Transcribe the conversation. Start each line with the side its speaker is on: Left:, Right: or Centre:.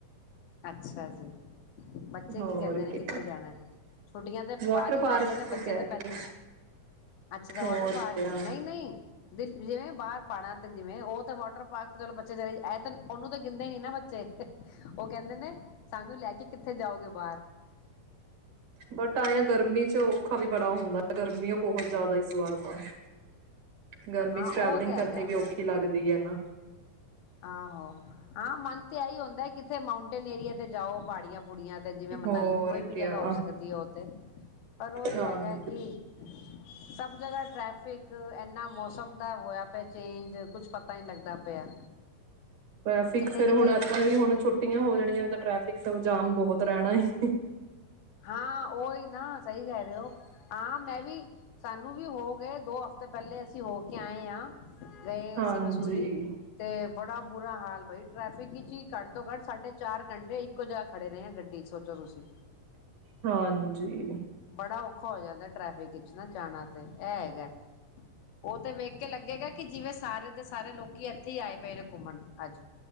Left: ਅੱਛਾ ਜੀ ਬੱਚੇ
Right: ਹੋਰ
Left: ਕੀ ਕਹਿੰਦੇ ਨੇ
Right: ਕਿਆ
Left: ਕਿੱਥੇ ਜਾਣਾ ਛੁੱਟੀਆਂ ਤੇ
Right: ਵਾਟਰ
Left: ਬਾਅਦ ਵਿਚ
Right: ਪਾਰਕ
Left: ਪੈਂਦੀਆਂ ਨੇ ਬੱਚੇ
Right: ਕਹਿ
Left: ਤੇ
Right: ਰਹੀ
Left: ਪਹਿਲਾਂ
Right: ਹੈ
Left: ਹੀ ਅੱਛਾ ਅੱਛਾ
Right: ਹੋਰ
Left: ਵਾਟਰ ਪਾਰਕ
Right: ਕਿਆ
Left: ਹੀ ਨਹੀਂ ਨਹੀਂ ਜਿਵੇਂ ਬਾਹਰ ਪਾੜਾ ਤੇ ਜਿਵੇਂ ਉਹ ਤੇ ਵਾਟਰ ਪਾਰਕ ਤੇ ਚਲੋ ਬੱਚੇ ਚਲੇ ਇਹ ਉਹਨੂੰ ਤਾਂ ਗਿਣਦੇ ਨੀ ਨਾ ਬੱਚੇ <unintelligible> ਉਹ ਕਹਿੰਦੇ ਨੇ ਸਾਨੂੰ ਲੈ ਕੇ ਕਿੱਥੇ ਜਾਓਗੇ ਬਾਹਰ
Right: ਬਟ ਆਏ ਆ ਗਰਮੀ ਚ ਔਖਾ ਵੀ ਬੜਾ ਹੁੰਦਾ ਗਰਮੀਓ ਬਹੁਤ ਜ਼ਿਆਦਾ ਇਸ ਵਾਰ ਤਾਂ ਗਰਮੀ
Left: ਹਾਂ
Right: ਚ
Left: ਉਹ
Right: ਟਰੈਵਲਿੰਗ
Left: ਤੇ
Right: ਕਰਨੀ
Left: ਹੈਗਾ
Right: ਵੀ ਔਖੀ ਲੱਗਦੀ ਹੈ ਨਾ <inaudible>
Left: ਆਹੋ ਹਾਂ ਮਨ ਤੇ ਇਹੀ ਹੁੰਦਾ ਕਿੱਥੇ ਮਾਊਂਟੇਨ ਏਰੀਆ ਤੇ ਜਾਓ ਪਹਾੜੀਆਂ ਕੁੜੀਆਂ ਤੇ ਜਿਵੇਂ ਮਨਾਲੀ
Right: ਹੋਰ
Left: ਕੋਈ ਵੀ
Right: ਕਿਆ
Left: ਜਗ੍ਹਾ ਹੋ ਸਕਦੀ ਹੈ ਉੱਥੇ ਪਰ ਉਹੀ
Right: ਹਾਂਜੀ
Left: ਹੈਗਾ ਕਿ ਸਭ ਜਗ੍ਹਾ ਟ੍ਰੈਫਿਕ ਇਨਾ ਮੌਸਮ ਦਾ ਹੋਇਆ ਪਿਆ ਚੇਂਜ ਕੁਛ ਪਤਾ ਨਹੀਂ ਲੱਗਦਾ ਪਿਆ।
Right: ਟਰੈਫਿਕ
Left: ਕਿੱਥੇ
Right: ਫੇਰ
Left: ਕਿੱਥੇ
Right: ਹੁਣ ਇਦਾਂ ਹੀ ਹੁਣ ਛੁੱਟੀਆਂ ਹੋ ਜਾਣੀਆਂ ਟਰੈਫਿਕ ਇੱਕ ਤਾਂ ਜਾਮ ਬਹੁਤ ਰਹਿਣਾ ਏ
Left: ਹਾਂ ਉਹੀ ਨਾ ਸਹੀ ਕਹਿ ਰਹੇ ਹੋ ਹਾਂ ਮੈਂ ਵੀ ਸਾਨੂੰ ਵੀ ਹੋ ਗਏ ਦੋ ਹਫ਼ਤੇ ਪਹਿਲੇ ਅਸੀਂ ਹੋ ਕੇ ਆਏ ਹਾਂ। ਗਏ
Right: ਹਾਂਜੀ,
Left: ਸੀ ਮਸੂਰੀ ਤੇ ਬੜਾ ਬੁਰਾ ਹਾਲ ਬਾਈ ਟ੍ਰੈਫਿਕ ਚ ਹੀ ਘੱਟ ਤੋਂ ਘੱਟ ਸਾਢੇ ਚਾਰ ਘੰਟੇ ਇੱਕੋ ਜਗ੍ਹਾ ਖੜੇ ਰਹੇ ਆ ਗੱਡੀ ਚ ਸੋਚੋ ਤੁਸੀਂ
Right: ਹਾਂਜੀ
Left: ਬੜਾ ਔਖਾ ਹੋ ਜਾਂਦਾ ਟ੍ਰੈਫਿਕ ਵਿੱਚ ਨਾ ਜਾਣਾ ਤੇ ਹੈਗਾ ਉਹ ਤੇ ਵੇਖ ਕੇ ਲੱਗੇਗਾ ਕਿ ਜਿਵੇਂ ਸਾਰੇ ਦੇ ਸਾਰੇ ਲੋਕੀ ਇੱਥੇ ਹੀ ਆਏ ਪਏ ਨੇ ਘੁੰਮਣ ਅੱਜ